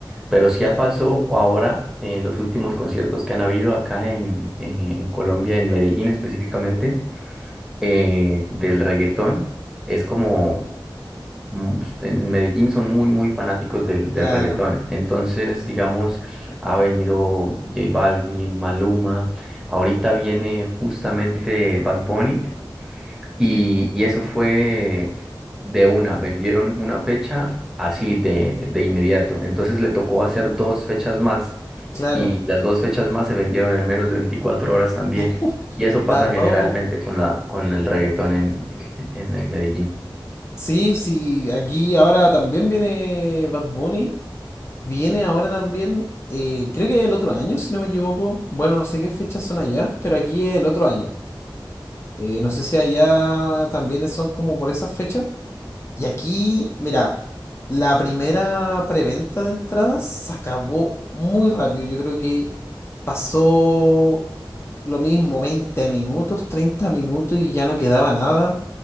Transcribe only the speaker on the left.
Ya,
claro,
claro.
Uf,
las
dos.
Sí, sí, aquí ahora también viene Bad Bunny. Viene ahora también, eh, creo que el otro año, si no me equivoco. Bueno, no sé qué fechas son allá, pero aquí es el otro año. Eh, no sé si allá también son como por esas fechas. Y aquí, mira, la primera preventa de entradas se acabó muy rápido. Yo creo que pasó lo mismo, 20 minutos, 30 minutos y ya no quedaba nada.